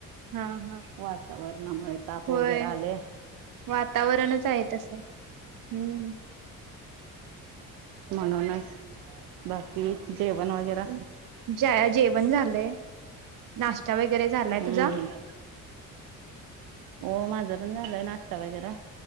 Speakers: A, on the right; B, on the right.
A: हा हा.
B: वातावरणामुळे ताप
A: होय
B: वगैरा आलय.
A: वातावरणच हाय तसं, हम्म.
B: म्हणूनच, बाकी जेवण वगैरा?
A: ज जेवण झालंय, नाश्ता वगैरे झालाय,
B: हम्म
A: तुझा?
B: हम्म हो, माझा पण झालंय नाश्ता वगैरा,